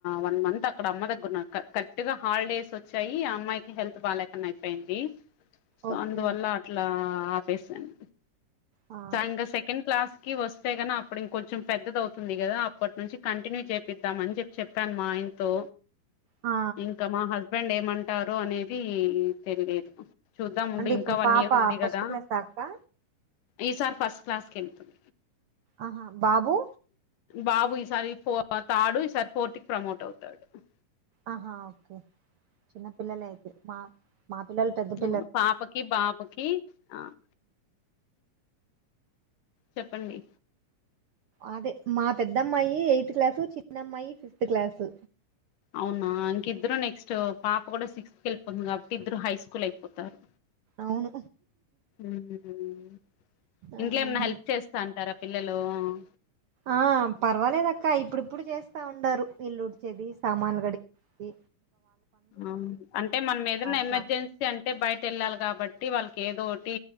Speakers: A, on the left (about 75°); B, on the right (about 80°).
A: వన్ మంత్ అక్కడ అమ్మ దగ్గరఉన్న కరెక్ట్ గ హాల్డేస్ ఓచ్చాయి ఆ అమ్మాయికి హెల్త్ బాలెకున్నా అయిపోయింది సో
B: ఓకే
A: అందువల్ల అట్లా ఆపేసాను
B: ఆ
A: ఇంకా సెకండ్ క్లాస్ కి వస్తే కని అప్పుడు ఇంకొంచెం పెద్దది అవుతుంది కదా అప్పటి నుంచి కంటిన్యూ చేపిద్దాంమని చెప్పి చెప్పాను మాఆయన్ ఇంతో
B: ఆ
A: ఇంకా మా హస్బెండ్ ఏమంటారో అనేది తెలియదు. చూద్దాం ఉండు
B: అంటే
A: ఇంకా
B: ఇప్పుడు
A: వన్నియర్
B: పాప
A: ఉంది
B: ఫస్ట్
A: కదా?
B: క్లాస్ దాకా
A: ఈసార్ ఫస్ట్ క్లాస్ కెళ్తుంది
B: అహా బాబు?
A: బాబు ఈసారి ఫో థాడు ఈసారి ఫోర్త్ కి ప్రమోట్ అవుతాడు హ్
B: ఆహా ఒక్కే చిన్న పిల్లలు అయితే మా మా మా పిల్లలు పెద్ పిల్
A: అవును పాపకి బాబుకి ఆహ్ చెప్పండి
B: అదె మా పెద్దమ్మాయి ఎయిత్ క్లాసు చిన్నమ్మాయి ఫిఫ్త్ క్లాసు
A: అవునా ఇంకిద్దరు నెక్స్ట్ పాప కూడ సిక్స్ కేళ్తుంది కాబట్టి ఇద్దరు హై స్కూల్ అయిపోతారు
B: అవును
A: ఉమ్మ్ ఇంట్లో
B: ఆహా
A: ఏమన్నా హెల్ప్ చేస్తాంటరా పిల్లలు? లో అ
B: ఆ పర్వాలేదక్క ఇప్పుడిప్పుడు చేస్తా ఉండారు ఇల్లు ఉడ్ చెది సామాన్లు గడ్డ్గిదీ
A: ఉమ్ అంటె మన్మేదన్నఎమర్జెన్సీ
B: స్నాక్
A: అంటే బయట వెళ్ళాలి కాబట్ ఒకటి వాళ్ళకేదోటి